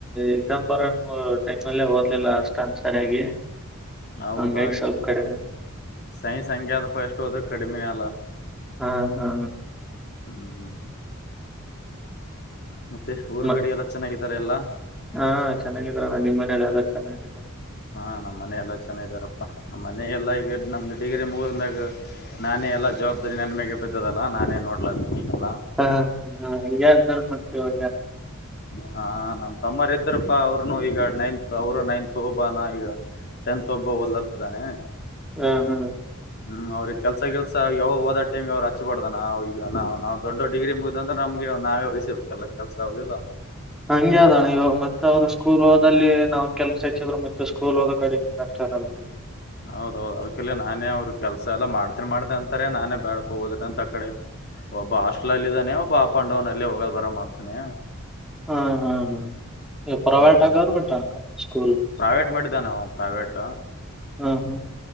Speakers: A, in the centre; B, on the left (about 50°).
A: ಎಕ್ಸಾಮ್ ಬರೋ ಟೈಮ್ ಅಲ್ಲೇ ಓದ್ಲಿಲ್ಲ ಅಷ್ಟಂದ ಸರಿಯಾಗಿ
B: <unintelligible>
A: ಹಂಗಾಗಿ ಸ್ವಲ್ಪ ಕಡಿಮೆ
B: ಸಂಖ್ಯಾತಪ ಎಷ್ಟು ಹದ್ರ ಕಡಿಮಿನೇ ಅಲ್ಲ
A: ಹಾ ಹಾ
B: ಹ್ಮ್ ಮತ್ತೆ ಊರ್
A: ಮ
B: ಕಡೆ ಎಲ್ಲ ಚೆನ್ನಾಗಿದ್ದಾರೆ ಎಲ್ಲಾ
A: ಹಾ ಚೆನ್ನಾಗಿದ ನಿಮ್ಮ್ ಮನೇಲ್ಲ ಎಲ್ಲ ಚೆನ್ನಾಗಿದರು
B: ಹಾ ನಮ್ಮ್ ಮನೆ ಎಲ್ಲಾ ಚೆನ್ನಿದಾರಪ್ಪಾ ನಮ್ಮ್ ಮನ ಎಲ್ಲಾ ಈಗ ನಮ್ದು ಡಿಗ್ರಿ ಮುಗಿದ್ಮಗ ನಾನೇ ಎಲ್ಲಾ ಜವಾಬ್ದಾರಿ ನನ್ ಮಾಗ ಬಿದ್ದದಲ್ಲಾ ನಾನೇ ನೋಡ್ಲದ ಈಗೆಲ್ಲಾ.
A: ಹಾ ಹ ಹ ಈ ಮಾಡ್ತವ. <unintelligible>
B: ಹಾ ನಮ್ ತಮ್ಮರ್ ಇದ್ದ್ರಪ್ಪಾ ಅವ್ರನು ಈಗ ನೈನ್ತ್ ಅವರು ನೈನ್ತ್ ಹೋಬಾನ ಈಗ. ತೆಂತತ್ ಒಬ್ಬ ಹೊಲತ್ತಿದ್ದಾನೆ.
A: ಹ್ಮ್ ಹ್ಮ್
B: ಹ್ಮ್ ಅವ್ರಿಗೆ ಕೆಲ್ಸ ಕೆಲ್ಸ ಯಾವ ಹೋದ ಟಮ್ಗೆ ಅವ್ರು ಹಚ್ಬಾರ್ದಾನ ಈಗ ನ ನಾ್ ದೊಡ್ಡ ಡಿಗ್ರಿ ಮು. ಅ್ರ ನಮ್ಗೆ ನಾವೇ ವಹಿಸ್ಬೇಕ ಎಲ್ಲ ಕೆಲ್ಸ ಹಗುದಿಲ್ಲಾ.
A: ಹಂಗ ಅದಣ ಇವಾಗ ಮತ್ತೆ ಅವ್ರು ಸ್ಕೂಲ್ ಓದಲ್ಲಿ ನಾವ್ ಕೆಲ್ಸ ಹಚ್ಚಿದ್ರು ಮತ್ತೆ ಸ್ಕೂಲ್ ಹಓದೋ ಕಡೆ ಇಂಟ್ರೆಸ್ಟ್ ಇರಲ್ಲ ಅವ್ರಿಗೆ.
B: ಹೌದೌದು ಅದ್ಕಲ್ಲ ನಾನೇ ಅವ್ರ ಕೆಲ್ಸ ಎಲ್ಲ ಮಾಡ್ತೀಿ ಮಾಡತತೆನ ಅಾರೆ ನಾನೇ ಬೇಡಪ್ಪ ಹೋದ್ರಿ ಅಂತ ಆ ಕಡೆ. ಒಬ್ಬ ಹಾಸ್ಟೆಲ್ ಅಲ್ಲಿ ಇದಾನೆ ಒಬ್ಬ ಅಪ್ ಅಂಡ್ ಡನ್ ಅಲ್ಲಿೇ ಹೋಗೋ ಬರೋ ಮಾಡ್ತಾನೆ.
A: ಹ್ಮ ಹಾ ಹ್ಮ ಪ್ರೈವಟ್
B: ಹ್ಮ್
A: ಗೋರ್ಮೆಂಟ್ ಸ್ಕೂಲ್
B: ಪ್ರೈವೇಟ್ ಮಾಡಿದ್ದಾನೆ ಅವ ಪ್ರೈವೇಟ್
A: ಹ್ಮ ಹ್ಮ